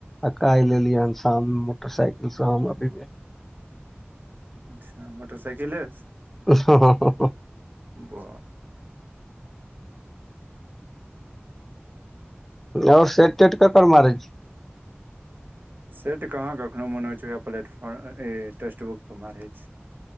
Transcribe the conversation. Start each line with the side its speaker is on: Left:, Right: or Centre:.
Centre: आ काल्हि एलियै हन शाम मे मोटरसाइकिल से हम आ विवेक
Right: अच्छा मोटरसाइकिले सँ
Centre: हँ
Right: बा
Centre: आओर सेट तेट ककर मारै छी
Right: सेट कहाँ कखनो मोन होइ छै वएह प्लेटफॉर्म ए टेक्स्टबुक पर मारै छियै